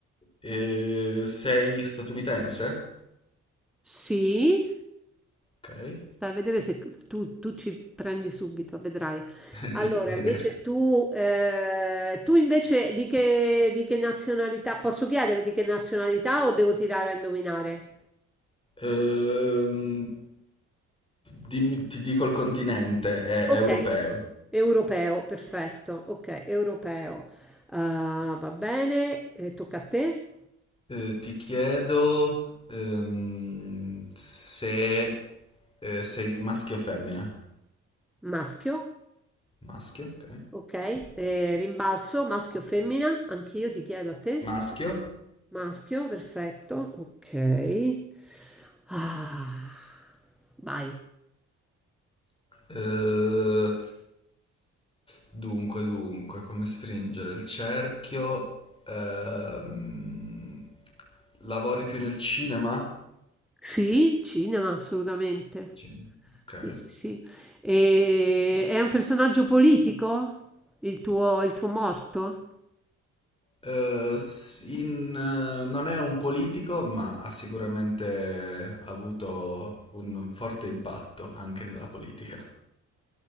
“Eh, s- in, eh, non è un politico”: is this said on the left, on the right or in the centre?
Left